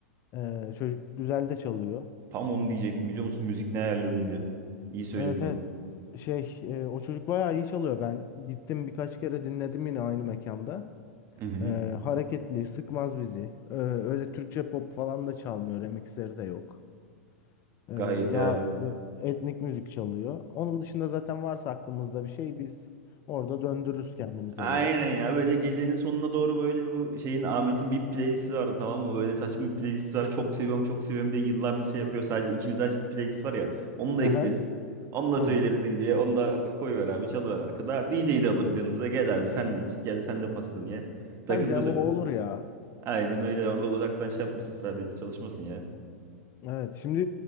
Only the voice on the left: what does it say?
Ee, çocuk güzel de çalıyor.
Evet
evet. Şey e, o çocuk bayağı iyi çalıyor. Ben gittim birkaç kere dinledim yine aynı mekanda.
Ee, hareketli, sıkmaz bizi. Ee, öyle Türkçe pop falan da çalmıyor. Remixleri de yok. Ee,
daha
bu etnik müzik çalıyor. Onun dışında zaten varsa aklımızda bir şey biz orada döndürürüz kendimize
göre.
Hı
hı,
Tamam.
Tabii canım
o olur ya.
Evet şimdi